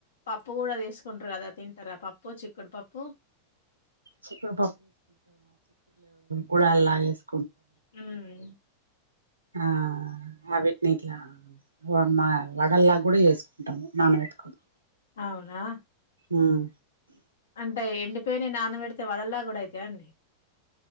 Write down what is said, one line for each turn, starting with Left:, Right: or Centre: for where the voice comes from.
Left: పప్ ప్పు కూడా చేసుకుంటారు గదా తింటార పప్పు చిక్కుడు పప్పు
Right: చిక్కుడు కుడాలు నానేస్
Left: మ్మ్
Right: ఆ అవిటిని ఇట్ల వన్ మా వడల్లా కూడా ఎసుకుంటాము నానబెట్టుకోని
Left: అవునా
Right: మ్మ్
Left: అంటే ఎండి పోయినవి నాన పెడితే వడల్ల కూడా అయితయ అండి